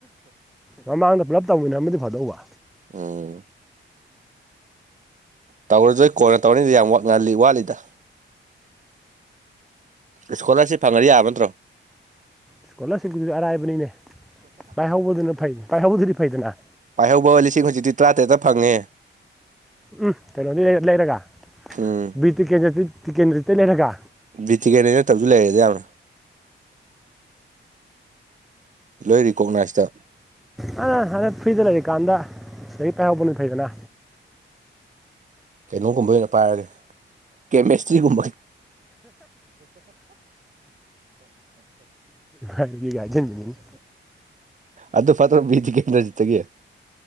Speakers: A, in the centre; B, on the right.
A: ꯃꯝꯕꯗ ꯄꯨꯂꯞ ꯇꯧꯃꯤꯟꯅ ꯑꯃꯗꯤ ꯐꯗꯣꯛꯎꯧꯕ
B: ꯑꯝ ꯇꯧꯔꯖꯣꯏ ꯀꯣꯟꯅ ꯇꯧꯔꯅꯤꯗ ꯌꯥꯝ ꯋꯥ ꯉꯜꯂꯤ ꯋꯥꯠꯂꯤꯗ ꯏꯁꯀꯣꯂꯥꯔꯁꯤꯞ ꯐꯪꯉꯗꯤ ꯌꯥꯕ ꯅꯠꯇ꯭ꯔꯣ
A: ꯏꯁꯀꯣꯂꯥꯔꯁꯤꯞꯀꯤꯨꯗꯤ ꯑꯔꯥꯏꯕꯅꯤꯅꯦ ꯄꯥꯏꯍꯧꯕꯗꯨꯅ ꯐꯩ ꯄꯥꯏꯍꯧꯕꯗꯨꯗꯤ ꯐꯩꯗꯅ
B: ꯍꯩꯍꯧꯕ ꯂꯤꯁꯤꯡ ꯍꯆꯤ ꯇꯔꯥꯇꯔꯦꯠꯇ ꯐꯪꯉꯦ
A: ꯎꯝ ꯀꯩꯅꯣꯗꯒꯤ ꯂꯩꯔꯒ
B: ꯎꯝ
A: ꯕꯤ ꯇꯤ ꯇꯤ ꯀꯦꯟꯗ꯭ꯔꯠꯇ ꯂꯩꯔꯒ
B: ꯕꯤꯠꯇ ꯀꯦꯅꯦꯅꯦ ꯇꯁꯨ ꯂꯩꯔꯗꯦ ꯌꯥꯝꯅ ꯂꯣꯏ ꯔꯤꯀꯣꯛꯅꯥꯏꯁꯇ
A: ꯂ ꯑ ꯍꯥꯏ ꯐ꯭ꯔꯤꯗ ꯂꯩꯔꯤꯀꯥꯟꯗ ꯂꯥꯏꯔꯤꯛ ꯄꯥꯏꯍꯧꯕꯅꯤ ꯐꯩꯗꯅ
B: ꯀꯩꯅꯣꯒꯨꯝꯕ ꯑꯣꯏꯅ ꯄꯥꯏꯔꯒꯦ ꯀꯦꯃꯦꯁꯇ꯭ꯔꯤꯒꯨꯝꯕꯒꯤ
A: <inaudible> ꯑꯣꯏꯖꯦꯟ <unintelligible>
B: ꯑꯗꯨꯗ ꯐꯇ꯭ꯔ ꯤꯗꯤ ꯀꯗꯖꯇꯒꯤ